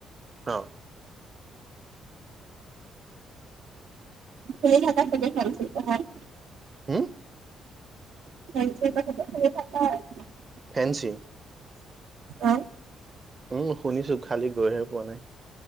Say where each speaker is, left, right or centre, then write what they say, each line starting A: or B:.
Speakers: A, on the right (about 30°); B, on the right (about 80°).
A: অঁ।
B: খ হাতাত বে চালছিল হয়।
A: হম।
B: <unintelligible>
A: ফেনঞ্চি।
B: অঁ।
A: উম শুনিছো খালি গৈহে পোৱা নাই।